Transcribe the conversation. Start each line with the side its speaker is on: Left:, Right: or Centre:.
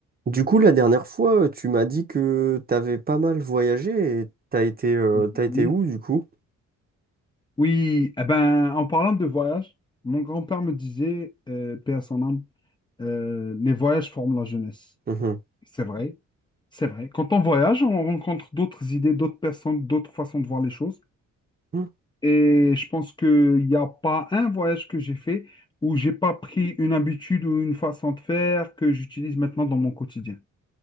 Right: Du coup, la dernière fois, euh, tu m'as dit que t'avais pas mal voyagé et t'as été, euh,
Left: Mhm.
Right: t'as été où du coup?
Left: Oui, eh ben, en parlant de voyage, mon grand-père me disait, euh, paix à son âme, euh, les voyages forment la jeunesse.
Right: Mhm.
Left: C'est vrai, c'est vrai. Quand on voyage, on rencontre d'autres idées, d'autres personnes, d'autres façons de voir les choses.
Right: Mm.
Left: Et je pense qu'il n'y a pas un voyage que j'ai fait où j'ai pas pris une habitude ou une façon de faire que j'utilise maintenant dans mon quotidien.